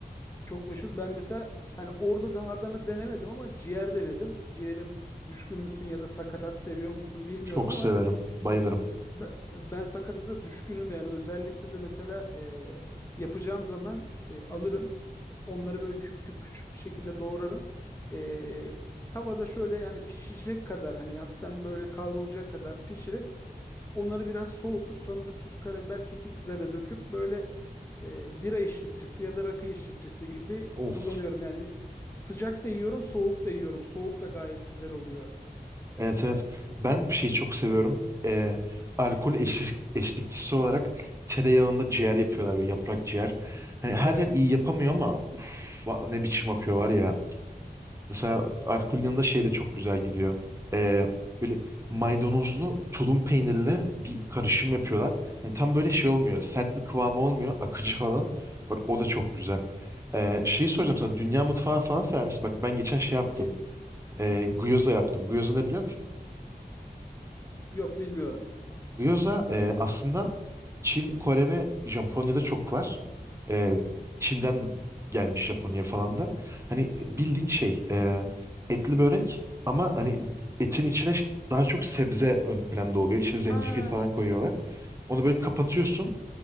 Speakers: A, on the left; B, on the right.
A: Çok meşhur. Ben mesela hani orada da Adana denemedim ama ciğer denedim. Ciğere düşkün müsün ya da sakatat seviyor musun bilmiyorum
B: Çok
A: ama
B: severim. Bayılırım.
A: ben, ben sakatata düşkünüm yani. Özellikle de mesela e, yapacağım zaman e, alırım. Onları böyle küp küp küçük bir şekilde doğrarım. E, tavada şöyle yani pişecek kadar hani hafiften böyle kavrulacak kadar pişirip Onları biraz soğutup sonra tuz, karabiber, kekik üzerine döküp böyle e, bira eşlikçisi ya da rakı eşlikçisi gibi
B: Of.
A: kullanıyorum. Yani sıcak da yiyorum, soğuk da yiyorum. Soğuk da gayet güzel oluyor.
B: Evet evet. Ben şeyi çok seviyorum. Ee, alkol eşlik, eşlikçisi olarak tereyağında ciğer yapıyorlar böyle yaprak ciğer. Hani her
A: Evet.
B: yer iyi yapamıyor ama uf va- ne biçim akıyor var ya. Mesela alkolün yanında şey de çok güzel gidiyor. Ee, böyle maydanozlu tulum peynirle bir karışım yapıyorlar. Hani tam böyle şey olmuyor. Sert bir kıvamı olmuyor. Akıcı falan. Bak o da çok güzel. Ee, şeyi soracağım sana. Dünya mutfağı falan sever misin? Bak ben geçen şey yaptım.
A: Ki,
B: Ee, gyoza yaptım. Gyoza ne biliyor musun?
A: yok bilmiyorum.
B: Gyoza e, aslında Çin, Kore ve Japonya'da çok var. E, Çin'den gelmiş Japonya falan da. Hani bildiğin şey e, etli börek ama hani etin içine ş- daha çok sebze ön planda oluyor. İçine zencefil
A: Ha
B: falan koyuyorlar. Onu böyle kapatıyorsun.